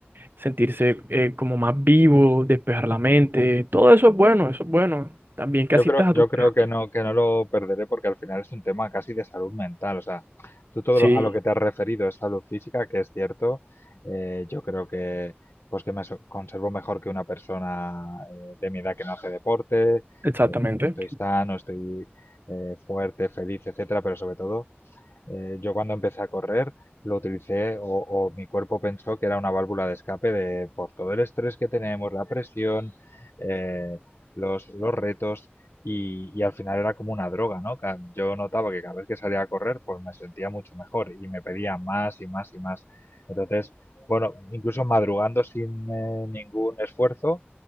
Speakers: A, on the right; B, on the left.
A: sentirse eh, como más vivo, despejar la mente, todo eso es bueno, eso es bueno. También que
B: Yo
A: asistas
B: creo,
A: a
B: yo
A: tus
B: creo
A: terapias.
B: que no, que no lo perderé porque al final es un tema casi de salud mental. O sea, tú todo
A: Sí,
B: lo- a lo que te has referido es salud física, que es cierto. eh, yo creo que pues que me so- conservo mejor que una persona eh, de mi edad que no hace deporte.
A: exactamente.
B: eh, estoy sano, estoy eh, fuerte, feliz, etcétera, pero sobre todo Eh, yo cuando empecé a correr lo utilicé o, o mi cuerpo pensó que era una válvula de escape de por todo el estrés que tenemos, la presión, eh, los, los retos y, y al final era como una droga, ¿no? Ca- Yo notaba que cada vez que salía a correr pues me sentía mucho mejor y me pedía más y más y más. Entonces, bueno, incluso madrugando sin eh, ningún esfuerzo,